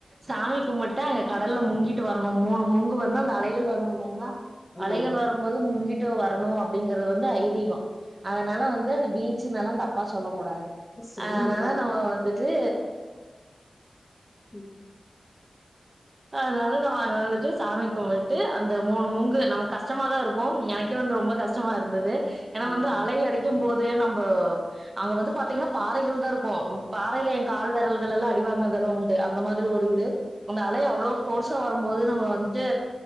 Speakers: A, on the right; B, on the left.
A: சாமி கும்புட்டு ட்ட அங்க கடல்ல முங்கிட்டு வரணு மூணு முங்கு வந்து அந்த அலைகள் வரு இல்லிங்களா
B: ம்
A: அலைகள் வரும்போது முங்கிட்டு ட்டு வரணு அப்படிங்கிறது வந்து ஐதீகோ அதனால வந்து அது பீச் ச்சுனலா தப்பா சொல்ல கூடாது
B: சரிங்க
A: அதனால
B: தோழி
A: நம்ம வந்து ட்டு
B: ம்
A: அதனால நம்ம அங்க வந்துட்டு சாமி கும்பிட்டு அந்த மூணு மூங்கு நமக்கு கஷ்டமாதா இருக்கும் எனக்கே வந்து ரொம்ப கஷ்டமாதா இருந்தது ஏனா
B: ம்
A: வந்து அலை அடிக்கும் போது நம்ப அங்க வந்து பாத்தீங்கன்னா பாறைகள் தான் இருக் கும் பாறையில என் கால் வெரல் கல்லுல எல்லா அடி வாங்கினதெல்லாம் உண்டு அந்த மாரி ஒரு இது அந்த அலை அவ்ளோ போர்ஸா வரும்போது நம்ம வந்துட்டு